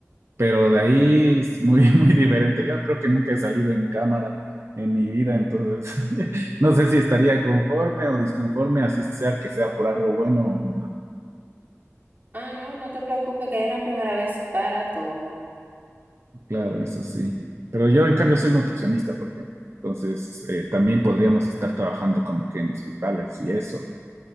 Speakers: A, on the right; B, on the right.
A: Pero de ahí es muy, <laughs> muy diferente. Yo creo que nunca he salido en cámara en mi vida, entonces <laughs> no sé si estaría conforme o disconforme, así sea que sea por algo bueno. o no.
B: Ah, no, no te preocupes, que hay una primera vez para todo.
A: Claro, eso sí. Pero yo en cambio soy nutricionista, por ejemplo. Entonces eh, también podríamos estar trabajando como que en hospitales y eso.